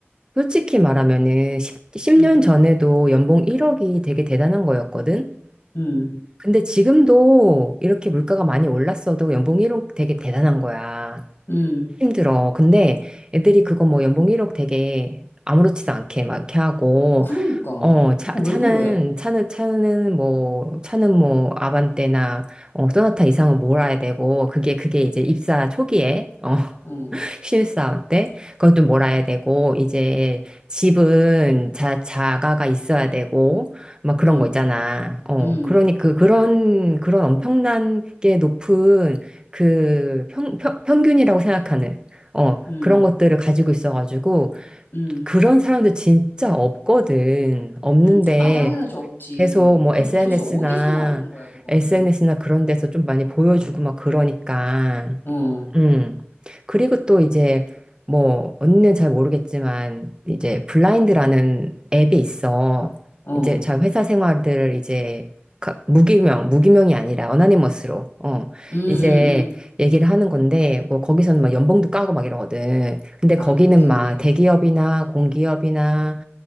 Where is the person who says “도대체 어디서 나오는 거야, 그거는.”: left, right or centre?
Left